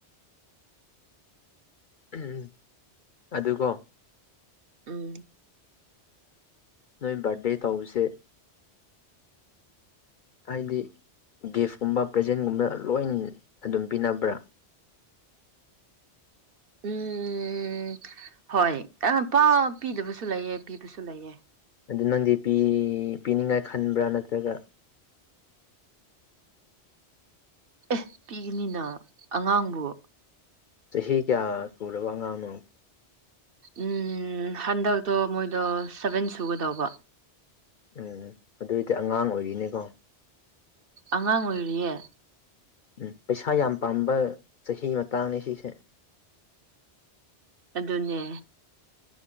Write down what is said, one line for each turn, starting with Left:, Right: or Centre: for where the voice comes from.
Left: ꯎꯝ ꯑꯗꯨꯒꯣ
Right: ꯎꯝ
Left: ꯅꯣꯏ ꯕꯥꯔꯗꯦ ꯇꯧꯕꯁꯦ ꯍꯥꯏꯗꯤ ꯒꯤꯐꯀꯨꯝꯕ ꯄ꯭ꯔꯖꯦꯟꯒꯨꯝꯕ ꯂꯣꯏ ꯑꯗꯨꯝ ꯄꯤꯅꯕ꯭ꯔꯥ
Right: ꯎꯝ ꯍꯣꯏ ꯌꯥꯝ ꯄꯛ ꯄꯤꯗꯕꯁꯨ ꯂꯩꯌꯦ ꯄꯤꯕꯁꯨ ꯂꯩꯌꯦ
Left: ꯑꯗꯨ ꯅꯪꯗꯤ ꯄꯤ ꯄꯤꯅꯤꯡꯉꯥꯏ ꯈꯟꯕ꯭ꯔꯥ ꯅꯠꯇ꯭ꯔꯒ
Right: ꯑꯦ ꯄꯤꯒꯅꯤꯅ ꯑꯉꯥꯡꯕꯨ
Left: ꯆꯍꯤ ꯀꯌꯥ ꯁꯨꯔꯕ ꯑꯉꯥꯡꯅꯣ
Right: ꯎꯝ ꯍꯟꯗꯛꯇꯣ ꯃꯣꯏꯗꯣ ꯁꯚꯦꯟ ꯁꯨꯒꯗꯧꯕ
Left: ꯎꯝ ꯑꯗꯨꯏꯗꯤ ꯑꯉꯥꯡ ꯑꯣꯏꯔꯤꯅꯤꯀꯣ
Right: ꯑꯉꯥꯡ ꯑꯣꯏꯔꯤꯌꯦ
Left: ꯎꯝ ꯄꯩꯁꯥ ꯌꯥꯝ ꯄꯥꯝꯕ ꯆꯍꯤ ꯃꯇꯥꯡꯅꯤ ꯁꯤꯁꯦ
Right: ꯑꯗꯨꯅꯦ